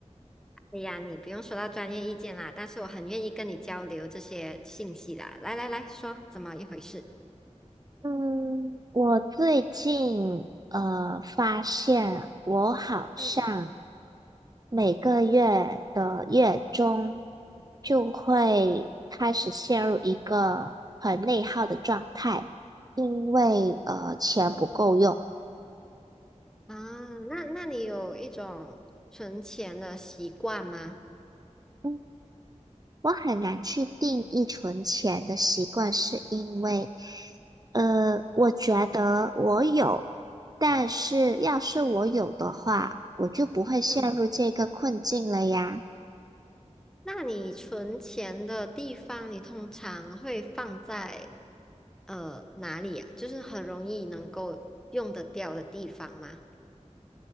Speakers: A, in the centre; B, on the right.
A: 哎呀，你不用说到专业意见啦，但是我很愿意跟你交流这些信息啦。来来来说，怎么一回事？
B: 嗯，我最近呃发现我好像。
A: 嗯
B: 每个月的月中就会开始陷入一个很内耗的状态，因为呃钱不够用。
A: 嗯啊，那那你有一种存钱的习惯吗？
B: 嗯，我很难去定义存钱的习惯，是因为呃，我觉得我有，但是要是我有的话，我就不会陷入这个困境了呀。
A: 嗯，那你存钱的地方，你通常会放在呃哪里呀？就是很容易能够用得掉的地方吗？